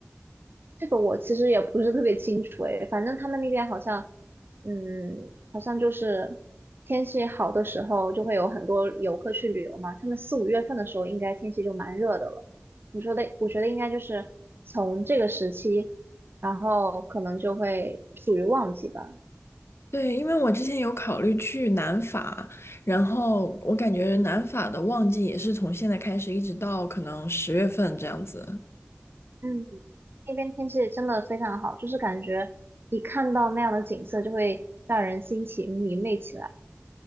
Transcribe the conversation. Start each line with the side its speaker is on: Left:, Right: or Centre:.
Right: 这个我其实也不是特别清楚诶，反正他们那边好像，嗯，好像就是天气好的时候就会有很多游客去旅游嘛。他们四五月份的时候应该天气就蛮热的了。我说的，我觉得应该就是从这个时期，然后可能就会属于旺季吧。
Left: 对，因为我之前有考虑去南法，然后我感觉南法的旺季也是从现在开始一直到可能十月份这样子。
Right: 嗯，那边天气真的非常好，就是感觉一看到那样的景色就会让人心情明媚起来。